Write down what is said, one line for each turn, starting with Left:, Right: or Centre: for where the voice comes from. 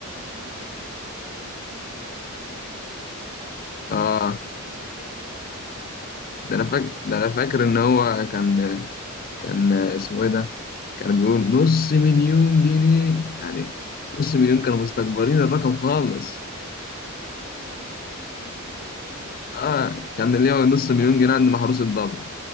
Right: اه وكان كانت في مي عز الدين و... و...
Left: اه
Right: ولبلبة والناس دي لا
Left: ده
Right: كان
Left: انا فاكر
Right: جامد
Left: ده
Right: بصراحة
Left: انا فاكر ان هو كان كان اسمه ايه ده كان بيقول نص مليون جنيه يعني نص مليون كانوا مستكبرين الرقم خالص
Right: اه اللي هو دلوقتي نص مليون ولا حاجة دول
Left: اه كان اللي هو نص مليون جنيه عند محروس الضابط